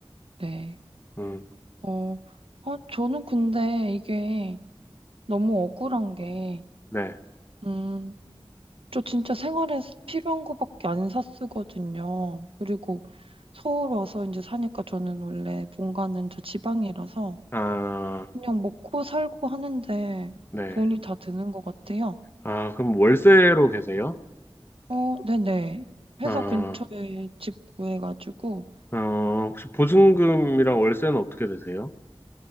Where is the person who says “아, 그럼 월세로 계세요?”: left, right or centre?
Left